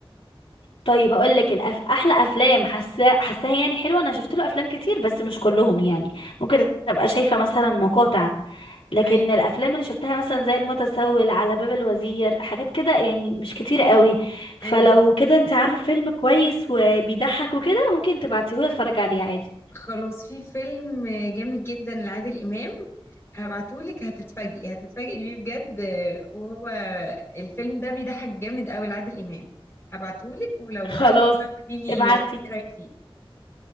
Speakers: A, on the left; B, on the left.
A: طيب هقول لك الأف... احلى افلام حاساه حاساها يعني حلوه انا شفت له افلام كتير بس مش كلهم يعني ممكن ابقى شايفه مثلا مقاطع لكن
B: ايوه
A: الافلام اللي شفتها مثلا زي المتسول على باب الوزير حاجات كده يعني مش كتير قوي فلو
B: ايوه
A: كده انت عارفه فيلم كويس وبيضحك وكده ممكن تبعتيهولي اتفرج عليه عادي
B: خلاص في فيلم جامد جدا لعادل إمام هبعتهولك هتتفاجئي هتتفاجئي بيه بجد وهو الفيلم ده بيضحك جامد قوي لعادل إمام هبعتهولك ولو
A: خلاص
B: عجبك بقى قوليلي
A: ابعتي
B: ايه رأيك فيه